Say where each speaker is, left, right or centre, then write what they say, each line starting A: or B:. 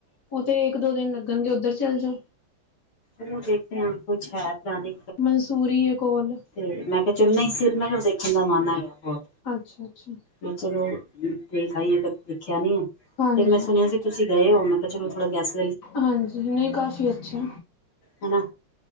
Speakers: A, on the left; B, on the left.
A: ਉੱਥੇ ਇੱਕ ਦੋ ਦਿਨ ਲੱਗਣਗੇ। ਉੱਧਰ ਚੱਲ ਜਾਓ।
B: ਜ਼ਰੂਰ ਦੇਖਦੇ ਹੈ, ਕੁਛ ਹੈ ਤਾਂ ਨਈ
A: ਮਨਸੂਰੀ ਏ ਕੋਲ।
B: ਤੇ ਮੈਂ ਕਿਹਾ ਚਲ ਨਹੀਂ ਸ਼੍ਰੀਨਗਰ ਦੇਖਣ ਦਾ ਮਨ ਹੈਗਾ ਬਹੁਤ।
A: ਅੱਛਾ, ਅੱਛਾ
B: ਵੀ ਚਲੋ ਦੇ ਖਾਈਏ ਦੇਖਿਆ ਨੀ,
A: ਹਾਂਜੀ
B: ਫਿਰ ਮੈਂ ਸੁਣਿਆ ਸੀ। ਤੁਸੀਂ ਗਏ ਹੋ ਮੈਂ ਕਿਹਾ ਚਲੋ ਥੋੜਾ ਗੈੱਸ੍ਹ
A: ਹਾਂਜੀ ਨਹੀਂ ਕਾਫੀ ਅੱਛਾ
B: ਹੈਨਾ